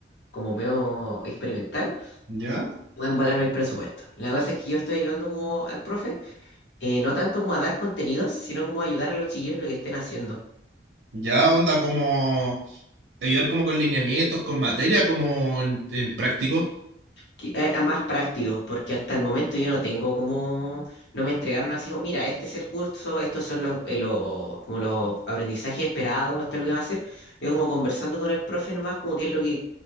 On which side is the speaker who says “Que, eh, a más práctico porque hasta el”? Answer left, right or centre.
Left